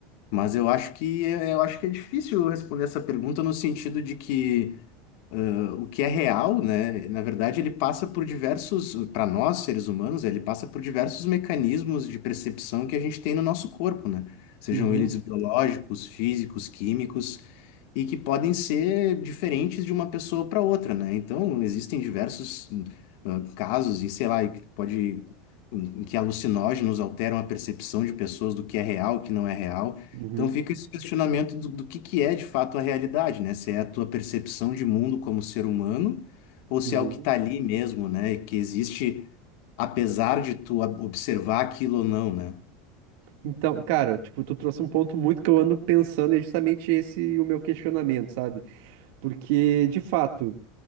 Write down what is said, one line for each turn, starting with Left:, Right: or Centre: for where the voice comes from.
Left: Mas eu acho que é, eu acho que é difícil responder essa pergunta no sentido de que ah, o que é real, né? Na verdade, ele passa por diversos, para nós, seres humanos, ele passa por diversos mecanismos de percepção que a gente tem no nosso corpo, né? Sejam
Right: uhum,
Left: eles biológicos, físicos, químicos e que podem ser diferentes de uma pessoa para outra, né? Então, existem diversos ah, casos, e sei lá, e que pode, hum, em que alucinógenos alteram a percepção de pessoas do que é real, o que não é real.
Right: uhum,
Left: Então, fica esse questionamento do, do que que é de fato a realidade, né? Se é a tua percepção de mundo como ser humano, ou se
Right: uhum.
Left: é o que está ali mesmo, né? Que existe, apesar de tu ob- observar aquilo ou não, né?
Right: Então, cara, tipo, tu trouxe um ponto muito que eu ando pensando e é justamente esse o meu questionamento, sabe? Porque, de fato.